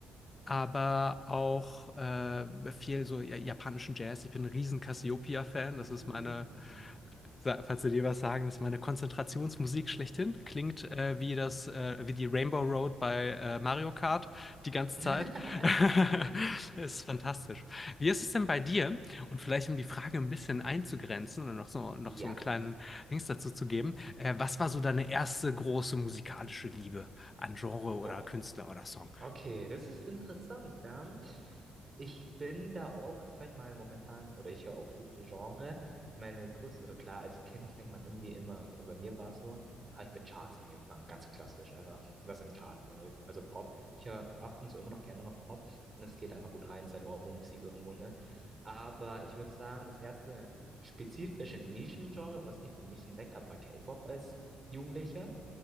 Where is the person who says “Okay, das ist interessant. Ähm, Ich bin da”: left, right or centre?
Right